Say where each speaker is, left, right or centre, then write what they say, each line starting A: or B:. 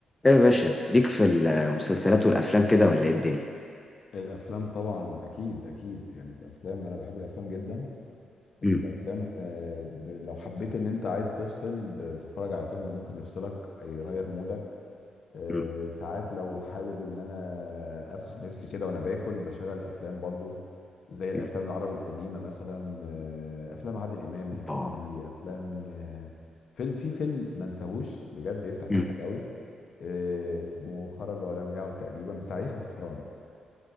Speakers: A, on the left; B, on the left.
A: ايه يا باشا ليك في المسلسلات والافلام كده ولا ايه الدنيا
B: الافلام طبعا اكيد اكيد يعني الافلام انا بحب الافلام جدا الافلام
A: امم
B: آه، ب- لو حبيت ان انت عايز تفصل ب- بتتفرج على فيلم ممكن يفصلك يغير مودك آه،
A: امم
B: ساعات لو حابب ان انا افتح نفسي كده وانا باكل بشغل افلام برضو زي الافلام
A: امم
B: العربي القديمه مثلا آه، افلام عادل امام الكوميدي
A: با
B: افلام آه، فيلم في فيلم ما انساهوش بجد يفتح نفسك
A: امم
B: قوي آه، اسمه خرج ولم يعد تقريبا بتاع يحيى الفخراني